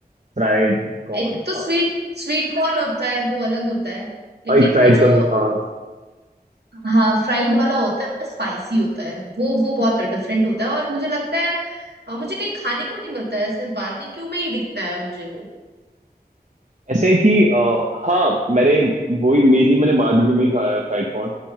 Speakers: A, on the right (about 45°); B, on the right (about 80°).
A: फ्राइड कॉर्न
B: एक तो
A: हाँ
B: स्वीट स्वीट कॉर्न होता है वो अलग होता है लेकिन
A: एक फ्राइड
B: वो जो
A: कॉर्न हाँ
B: हाँ फ्राइड वाला होता है स्पाइसी होता है वो वो बहुत डिफरेंट होता है और मुझे लगता है अ, मुझे कहीं खाने को नहीं मिलता है सिर्फ बारबेक्यू में ही दिखता है मुझे वो
A: ऐसे है कि अ, हाँ मैंने वही मेनली मैंने बारबेक्यू में ही खाया है फ्राइड कॉर्न